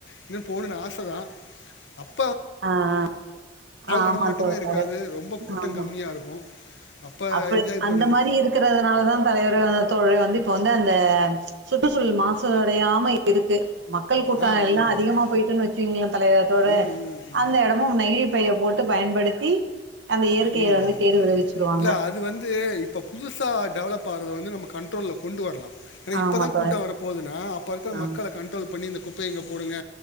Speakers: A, on the left; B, on the right.
A: இன்னும் போணும்னு ஆச தான் அப்ப.
B: ஆஹ ஆஹ
A: நடமாட்டமே
B: ஆமா தோழரே
A: இருக்காது ரொம்ப கூட்டம்
B: ஆமா
A: கம்மியாக இருக்கும் அப்போ
B: அப்படி
A: என்ஜாய்
B: அந்த
A: பண்ணது
B: மாதிரி இருக்கறதுனாலதான் தலைவரே தோழரே வந்து. இப்ப வந்து அந்த ம்ச். சுற்றுசூழல் மாசு. அழியாம இருக்கு. மக்கள் கூட்டம்
A: ஆ
B: எல்லாம்
A: ஆமாம்
B: அதிகமா
A: ஆமாம்
B: போயிட்டுன்னு வச்சீங்களேன் தலைவரே தோழரே.
A: ம் ம் ம்
B: இடமும் நயின் பைய போட்டு பயன்படுத்தி. அந்த இயற்கைய
A: உஹம்
B: வந்து கேடு விளைவிச்சிருவாங்க.
A: இல்ல அது வந்து இப்ப புதுசா டெவலப் ஆறத வந்து நம்ம கன்ட்ரோல்ல கொண்டு வரலாம். ஏனா
B: ஆமா
A: இப்பதான்
B: தோழர்.
A: கூட்டம் வர போகுதுனா அப். ப்ப இருக்கிற
B: ஆமா.
A: மக்கள கன்ட்ரோல் பண்ணி இந்த குப்பைய இங்க போடுங்க